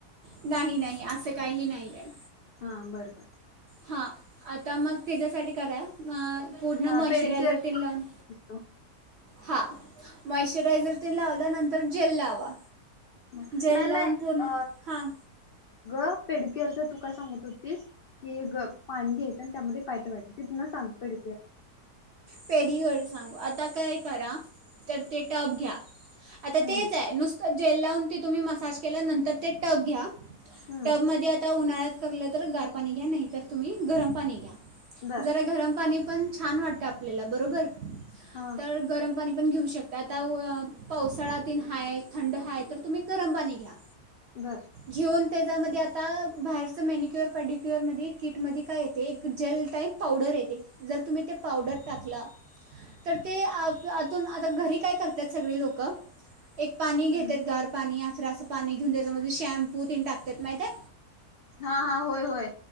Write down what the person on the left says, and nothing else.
हा बरोबर
हा
पेडिक्युअर
दिसतो
नाही
नाही
अ
ग पेड केअर च तू काय सांग होतीस पाणी घ्यायचं आणि त्यामध्ये पाय ठेवायचा तिथून सांग पर
हम्म
हम्म
बर
हा
बर
हम्म
हा हा होय होय.